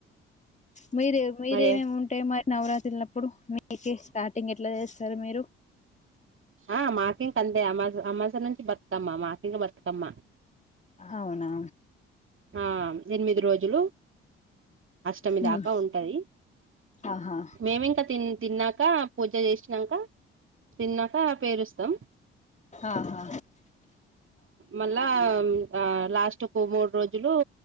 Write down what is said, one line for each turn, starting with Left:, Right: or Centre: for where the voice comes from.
Left: మీరే మీరేమేమి
Right: మరి
Left: ఉంటాయి మరి నవరాత్రిలు ఉన్నప్పుడు మీక స్టార్టింగ్ ఎట్లా చేస్తారు మీరు
Right: ఆ మాకింక అంతే అ అమాసా నుంచి బతుకమ్మ మాకింక బతుకమ్మ
Left: అవునా
Right: ఆ ఎనిమిది రోజులు అష్టమి
Left: ఉమ్
Right: దాకా ఉంటంది
Left: ఆహా
Right: మేమింకా తి తిన్నాక పూజ చేసినాక తిన్నాక పేరుస్తాం
Left: ఆహా
Right: మళ్ళా ఆ లాస్ట్ కు మూడు రోజులు